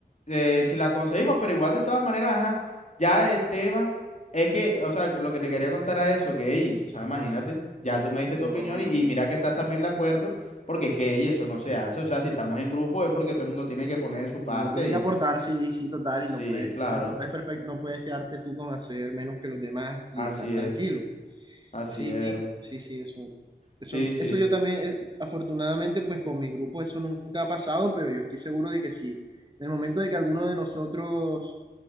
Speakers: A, on the left; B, on the right.
A: eh, si la conseguimos, pero igual de todas maneras, ajá, ya el tema es que, o sea, lo que te quería contar a eso, que, ey, o sea, imagínate, ya tú me diste tu
B: No,
A: opinión
B: mami.
A: y, y mira que estás también de acuerdo, porque es que, ey, eso no se hace, o sea, si estamos en grupo es porque todo el mundo tiene que poner su parte
B: Uno tiene
A: y,
B: que aportar, sí, sí, total, y
A: sí,
B: no puedes,
A: claro,
B: no puedes perfect, no puedes quedarte tú con hacer menos que los demás y
A: así
B: estar tranquilo.
A: es, así
B: Sí,
A: es, Erwin.
B: sí, sí, eso, eso,
A: Sí, sí,
B: eso yo también, eh, afortunadamente, pues con mi grupo eso nunca ha pasado, pero yo estoy seguro de que si en el momento de que alguno de nosotros